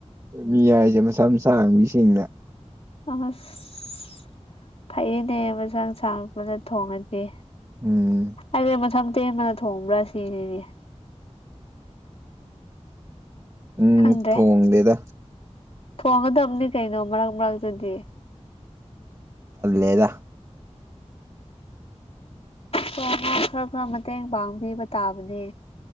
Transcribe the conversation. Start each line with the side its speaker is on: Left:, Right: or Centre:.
Right: ꯃꯤ ꯍꯥꯏꯁꯦ ꯃꯁꯥ ꯃꯁꯥ ꯁꯤꯡꯅ
Left: ꯑꯥꯁ ꯐꯩꯌꯦꯅꯦ ꯃꯁꯥ ꯃꯁꯥ ꯄꯨꯂꯞ ꯊꯣꯡꯉꯗꯤ
Right: ꯎꯝ
Left: ꯑꯩꯗꯤ ꯇꯦꯟꯕꯔꯥꯅ ꯊꯣꯡꯕ꯭ꯔꯥ ꯁꯤꯅꯤꯅꯦ
Right: ꯎꯝ
Left: ꯈꯪꯗ꯭ꯔꯦ
Right: ꯊꯣꯡꯗꯦꯗ
Left: ꯊꯣꯡꯒꯗꯕꯅꯤ ꯀꯩꯅꯣ ꯃꯔꯛ ꯃꯔꯛꯇꯗꯤ
Right: ꯇꯜꯂꯦꯗ
Left: ꯊꯣꯡꯉꯣ ꯈꯔ ꯈꯔ ꯃꯇꯦꯡ ꯄꯥꯡꯕꯤꯕ ꯇꯥꯕꯅꯦ